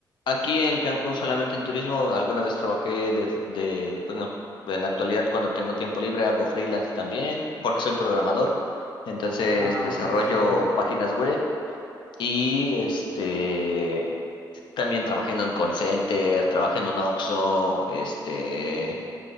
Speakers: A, on the left; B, on the left.
A: aquí en Cancún solamente en turismo, alguna vez trabajé de, fr- de, pues no, en la actualidad cuando tengo tiempo libre hago freelance también, porque soy programador. Entonces
B: Ah,
A: desarrollo
B: ok, súper bien.
A: páginas web y este También trabajé en un call center, trabajé en un Oxxo, este,